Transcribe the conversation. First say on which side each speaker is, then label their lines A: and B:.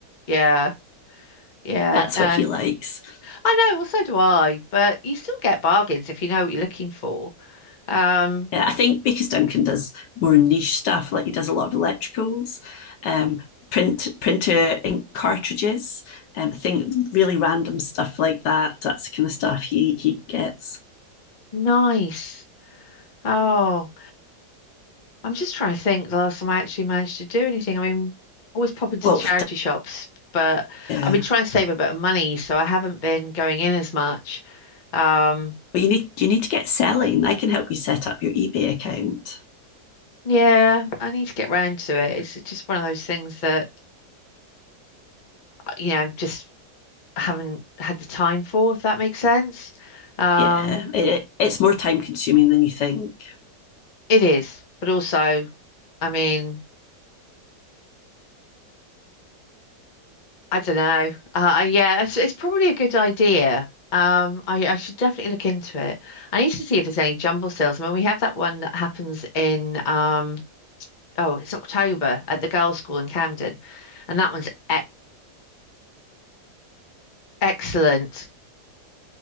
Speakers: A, on the left; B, on the left.
A: yeah, yeah.
B: That's
A: No,
B: what he likes.
A: I know. Well, so do I. But you still get bargains if you know what you're looking for. Um,
B: Yeah, I think because Duncan does more niche stuff, like he does a lot of electricals, um, print printer ink cartridges, um, I think really random stuff like that. That's the kind of stuff he he gets.
A: nice. Oh, I'm just trying to think the last time I actually managed to do anything. I mean, always pop into
B: Well,
A: charity shops, but
B: yeah.
A: I've been trying to save a bit of money, so I haven't been going in as much. Um,
B: Well, you need you need to get selling. I can help you set up your eBay account.
A: yeah, I need to get round to it. It's just one of those things that, you know, just. haven't had the time for, if that makes sense. Um,
B: Yeah, it, it- it's more time consuming than you think.
A: it is, but also, I mean, I don't know. Uh, yeah, it's, it's probably a good idea. Um, I, I should definitely look into it. I need to see if there's any jumble sales. I mean, we have that one that happens in, um, oh, it's October at the girls' school in Camden, and that one's e excellent.